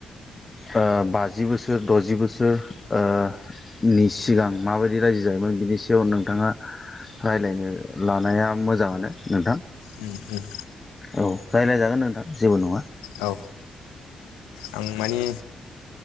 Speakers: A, on the left; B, on the left.
A: फ्रा बाजि बोसोर दजि बोसोर। ओ नि सिगां माबायदि रायजो जायोमोन बिनि सायाव नोंथाङा रायलायनो लानाया मोजाङानो नोंथां
B: उम उम
A: औ रायलायजागोन नोंथां जेबो नङा।
B: औ आं मानि